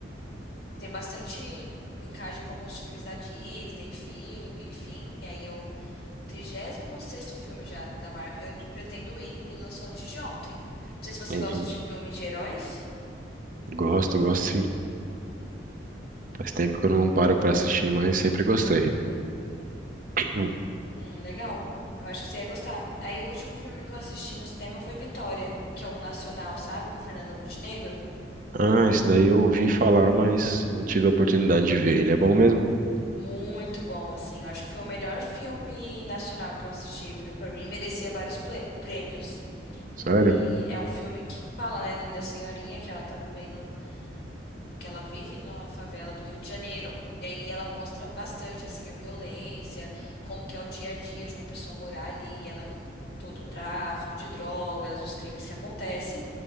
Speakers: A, on the left; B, on the right.
A: tem bastante linkagem com alguns filmes da Disney, enfim. enfim. E aí é o trigésimo sexto filme já da Marvel. Eu pretendo ir. Ele lançou antes de ontem. Não sei se você
B: Uhum.
A: gosta de filme de heróis.
B: Gosto, gosto sim. Faz tempo que eu não paro pra assistir, mas sempre gostei. <clears throat> Hum.
A: Hum, legal. Eu acho que você ia gostar. Aí o último filme que eu assisti no cinema foi Vitória, que é o Nacional, sabe? Com a Fernanda Montenegro.
B: Ah, esse daí eu ouvi falar, mas não tive a oportunidade de ver. Ele é bom mesmo?
A: Muito bom, assim. Eu acho que foi o melhor filme nacional que eu assisti, viu? Pra mim, merecia vários ple- prêmios.
B: Sério?
A: E é um filme que fala, né, ali da senhorinha que ela tá vivendo, que ela vive na favela do Rio de Janeiro. E aí ela mostra bastante, assim, a violência, como que é o dia a dia de uma pessoa morar ali. E ela vê todo o tráfico de drogas, os crimes que acontecem.